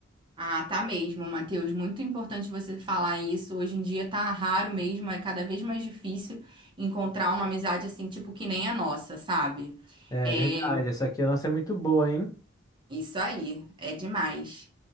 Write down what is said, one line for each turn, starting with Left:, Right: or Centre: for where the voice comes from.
Right: Ah, tá mesmo, Matheus. Muito importante você falar isso. Hoje em dia tá raro mesmo, é cada vez mais difícil encontrar uma amizade assim, tipo, que nem a nossa, sabe?
Left: É
Right: É,
Left: verdade, essa aqui a nossa é muito boa, hein?
Right: Isso aí, é demais.